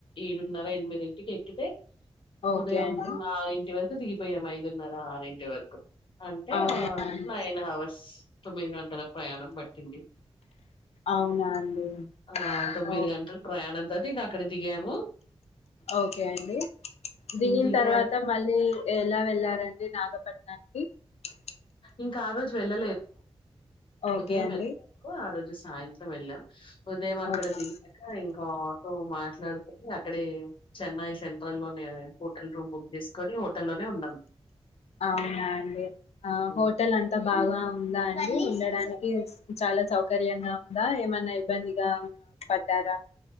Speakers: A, on the left; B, on the left.
A: ఏడున్నర ఎనిమిది ఇంటికి ఎక్కితే
B: ఓకే
A: ఉదయం
B: అండి
A: ఆరంటింటి వరక్ దికిపోయాము ఐదున్నర ఆరుంటి వరకు అంటే
B: అవునా అండి
A: నైన్ హవర్స్ తొమ్మిది గంటల ప్రయాణం బట్టి తిండి
B: అవునా అండి
A: ఆ తొమ్మిది
B: ఓ
A: గంటలు ప్రయాణం అది అక్కడ దిగయాము
B: ఓకే అండి దిని
A: దిగా
B: తర్వాత మళ్ళీ ఎలా వెళ్లారండి నాగపట్నానికి <unintelligible>
A: ఇంకా ఆ రోజు వెళ్ళ
B: ఓకే
A: ఉదయం
B: అండి
A: ఎ ఆ రజ సాయంత్రం ఎల ఉదయం అక్కడ
B: ఓకే
A: దిగాక ఇంకో ఆటో మాట్ల మాట్లాడుకని అక్కడే చెన్నై సెంట్రల్ లోనే హోటల్ రూమ్ బుక్ చేసుకని హోటల్లోనే ఉన్నాం
B: అవునా అండి ఆ
A: హ్మ్.
B: హోటల్ అంతా బాగా ఉందా అం ఉండడానికి చాలా సౌకర్యంగా ఉందా ఏమన్నా ఇబ్బందిగా ఉ పడ్డారా